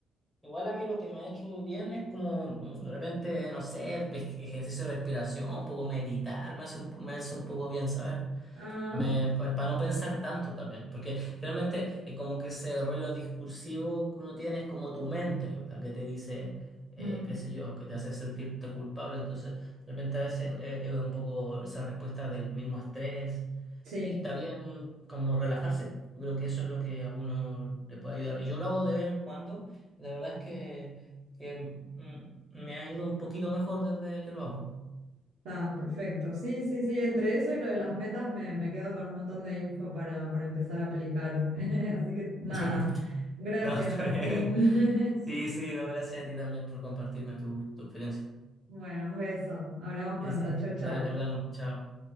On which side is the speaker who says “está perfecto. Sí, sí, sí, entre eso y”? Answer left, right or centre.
Right